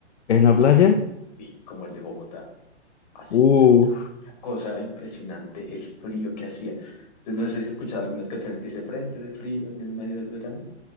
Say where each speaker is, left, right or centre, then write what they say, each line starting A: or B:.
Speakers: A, on the left (about 75°); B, on the left (about 40°).
A: ¿En
B: Un
A: la playa?
B: frío, sí, como el de Bogotá. Así,
A: Uf,
B: o sea, una, una cosa impresionante, el frío que hacía. Entonces, no sé si has escuchado algunas canciones que dice Frente de frío en el medio del verano.